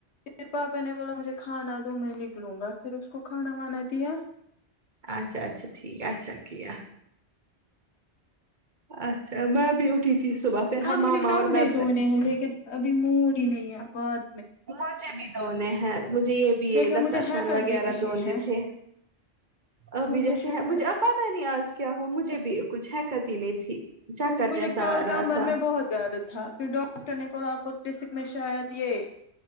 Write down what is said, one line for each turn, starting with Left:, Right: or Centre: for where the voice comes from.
Left: پھر پاپا نے بولا مجھے کھانا دو میں نکلوں گا پھر اس کو کھانا وانا دیا
Right: اچھا اچھا ٹھیک اچھا کیا اچھا میں بھی اٹھی تھی صبح پھر ہم
Left: اب مجھے
Right: ماما
Left: کپڑے
Right: اور میں
Left: دھونے ہیں لیکن ابھی موڈ ہی نہیں ہے اپات
Right: مجھے بھی دونے ہیں مجھے یہ بی
Left: لیکن
Right: اے دستر
Left: مجھے حیکت
Right: خان وغیرہ
Left: بھی نہیں
Right: دونے
Left: ہے
Right: تھے ابھی
Left: مجھے
Right: جیسے
Left: حیکت
Right: ہیں مجھے اب پتا نہیں آج کیا ہوا مجھے بھی کچھ حکت ہی نہیں تھی چکر
Left: مجھے
Right: جیسا
Left: کل
Right: آ رہا
Left: کمر
Right: تھا
Left: میں بہت درد تھا پھر ڈاکٹر نے بولا آپ کو ٹیسیک میں شاید یہ